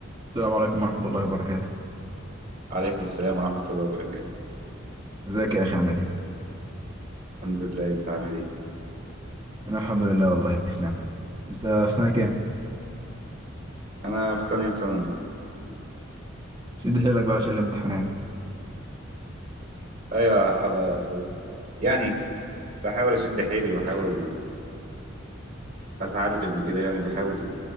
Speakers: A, on the right; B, on the right.
A: السلام عليكم ورحمة الله وبركاته
B: وعليكم السلام ورحمة الله وبركاته
A: ازيك يا أخي عامل ايه؟
B: الحمد لله انت عامل ايه
A: أنا الحمد لله والله في نعمة أنت في سنة كام؟
B: انا في تانية ثانوي
A: شد حيلك بقى عشان الامتحانات
B: ايوه حب... يعني بحاول اشد حيلي وبحاول اتعلم كده يعني بحاول